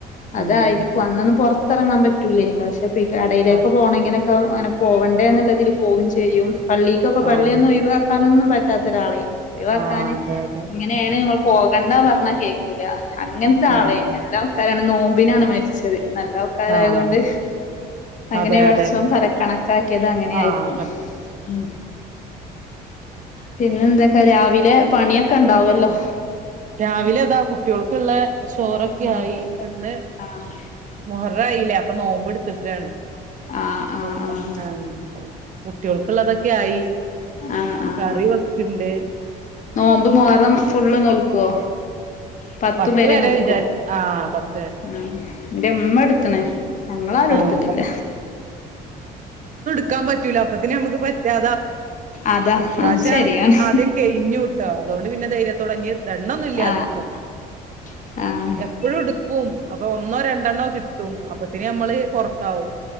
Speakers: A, on the left (about 45°); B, on the right (about 50°).
A: അതായിരിക്കും
B: ഉം
A: അന്നൊന്നും പൊറത്തെറങ്ങാൻ പറ്റൂലെയ്നി പിന്നപ്പി കടയിലേക്ക്
B: ആഹ്
A: പോണെ ഇങ്ങനെയൊക്കെ അങ്ങനെ പോവണ്ടേ എന്നതിൽ പോവും ചെയ്യും പള്ളിക്കൊക്കെ പള്ളിയൊന്നും
B: ആഹ്
A: ഒഴിവാക്കാനൊന്നും പറ്റാത്ത ഒരാളെയിനി ഒഴിവാക്കാന്
B: ആഹ് അതെ അതെ
A: ഇങ്ങനെയാണ് പ പോകണ്ടാ പറഞ്ഞാ കേക്കൂല അങ്ങൻത്തെ
B: ഉം
A: ആളെയിനി നല്ല ആൾക്കാരാണ് നോമ്പിനാണ് മരിച്ചത് നല്ല ആൾക്കാരായതൊണ്ട്
B: ആഹ്
A: അങ്ങനെ
B: അതെ
A: പടച്ചോൻ
B: അതെ
A: കര കണക്കാക്കിയത് അങ്ങനെ
B: ആഹ്
A: ആയിരിക്കും
B: ക
A: ഉം പിന്നെ എന്തൊക്കെ രാവിലെ പണിയൊക്കെ ഇണ്ടാവല്ലോ
B: രാവിലെ താ കുട്ടൊൾക്കുള്ളെ ചോറൊക്കെ
A: ഉം
B: ആയി ഇന്ന്
A: ആഹ്
B: മൊഹററായിലെ അപ്പൊ നോമ്പ് ഇടത്ത്ക്കാണ്
A: ആഹ്
B: <unintelligible>
A: ആഹ് ആഹ്
B: ആ കുട്ടോൾക്ക് ഇള്ളതൊക്കെ ആയി
A: ആഹ് ആഹ് ആഹ്
B: കറി വെക്ക്ണ്ട്
A: നോമ്പ് മുഹറം ഫുള്ള് നോൽക്കോ പത്തു
B: പത്ത്
A: വെരെ
B: വരെ
A: നോൽക്കോ
B: വിചാരി ആഹ് പത്ത് വരെ
A: ആ ഇന്റെ ഇമ്മ ഇട്ത്ത്ണ് ഞങ്ങൾ ആരും
B: ആഹ്
A: ഇട്ത്തിട്ടില്ല
B: ക്കാൻ പറ്റൂല അപ്പത്തിന് അമ്മക്ക് പറ്റാ
A: അതാ
B: ഇപ്രാവശ്യം
A: ആഹ് ശരിയാണ്
B: ആദ്യം കെഴിഞ്ഞുട്ടോ അതോണ്ട് പിന്നെ ധൈര്യത്തോടെ ഇഞ് ദണ്ണൊന്നും ഇല്ലതിരിക്കട്ടെ
A: ആഹ് <inaudible> ആഹ്
B: എപ്പളുംട്ക്കും. അപ്പൊ ഒന്നോ രണ്ടെണ്ണോ കിട്ടും. അപ്പത്തിന് നമ്മള് പൊറത്താവും.